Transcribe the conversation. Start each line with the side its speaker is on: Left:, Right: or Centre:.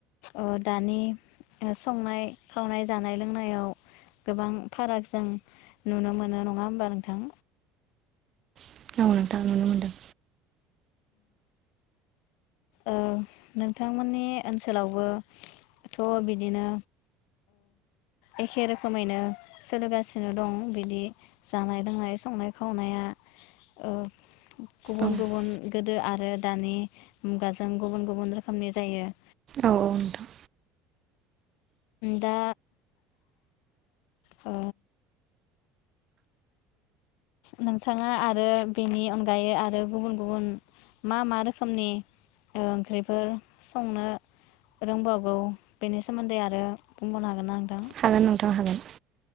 Left: ओ दानि संनाय खावनाय जानाय लोंनायाव गोबां फाराग जों नुनो मोनो नङा होमबा नोंथां?
Right: औ नोंथां नुनो मोनदों।
Left: औ नोंथांमोननि ओनसोलावबोथ बिदिनो एखे रोखोमैनो सोलिगासिनो दं बिदि जानाय लोंनाय संनाय खावनाया औ गुबुन
Right: औ
Left: गुबुन गोदो आरो आरो दानि मुगाजों गुबुन गुबुन रोखोमनि जायो।
Right: औ नोंथां
Left: दा ओ नोंथांङा आरो बेनि अनगायै आरो गुबुन गुबुन मा मा रोखोमनि ओ ओंख्रिफोर संनो रोंबावगौ बेनि सोमोन्दै आरो बुंबावनो हागोनना नोंथां।
Right: हागोन नोंथां हागोन